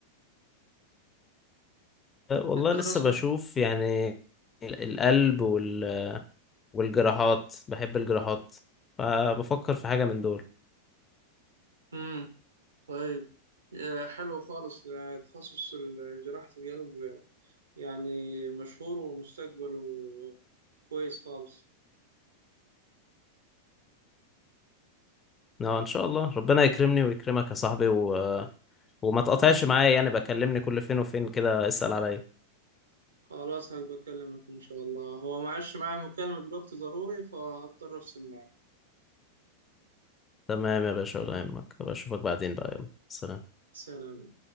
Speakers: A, on the left; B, on the right.
A: آه، والله
B: التخصص
A: لسه بشوف يعني ال- القلب وال... والجراحات بحب الجراحات فبفكر في حاجة من دول
B: امم طيب آه، حلو خالص آه، تخصص ال- جراحة القلب آه، يعني مشهور ومستقبله كويس خالص
A: اه ان شاء الله ربنا يكرمني ويكرمك يا صاحبي و... وما تقطعش معايا يعني بكلمني كل فين وفين كده اسأل عليا
B: خلاص هبقى أكلمك إن شاء الله هو معلش معايا مكالمة دلوقتي ضروري فهضطر أفصل معاك
A: تمام يا باشا ولا يهمك بشوفك بعدين بقى يلا سلام
B: سلام